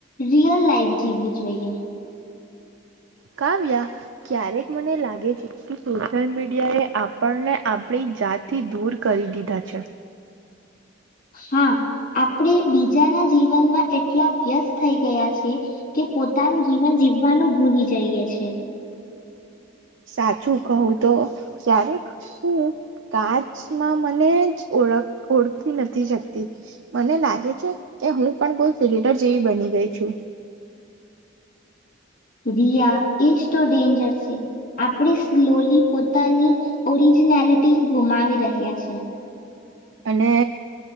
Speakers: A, on the left (about 45°); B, on the right (about 70°).
A: રિઅલ લાઈફ જીવી જોઈએ.
B: કાવ્યા ક્યારેક મને લાગે છે કે સોશિયલ મીડિયા એ આપણને આપણી જાતથી દૂર કરી દીધા છે.
A: હા આપણે બીજાના જીવનમાં એટલા વ્યસ્ત થઈ ગયા છે. કે પોતાનું જીવન જીવવાનું ભૂલી જ જઈએ છેએ.
B: સાચું કહું તો ક્યારેક હું કાચમાં મને જ ઓળખ ઓળખી નથી શકતી મને લાગે છે કે હું પણ કોઈ ફિલ્ટર જેવી બની ગઈ છું.
A: રિયા એજ તો ડેન્જર છે આપણે સ્લોલી પોતાની ઓરિજિનેલિટી ગુમાવી રહ્યા છે.
B: અને